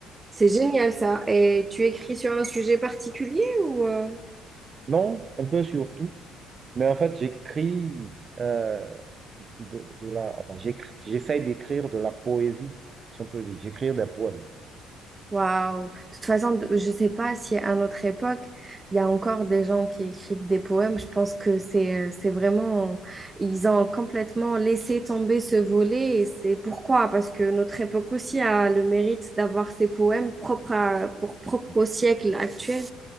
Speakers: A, on the right; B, on the right.
A: C'est génial ça. Et tu écris sur un sujet particulier ou... euh
B: Non, un peu surtout. Mais en fait, j'écris euh, de, de la... Enfin, j'écris- j'essaye d'écrire de la poésie, si on peut le dire. J'écris des poèmes.
A: Waouh! De toute façon, de- je sais pas si à notre époque, il y a encore des gens qui écrivent des poèmes. Je pense que c'est euh, c'est vraiment... Ils ont complètement laissé tomber ce volet. Et c'est pourquoi? Parce que notre époque aussi a le mérite d'avoir ces poèmes propres à- pour propre au siècle actuel.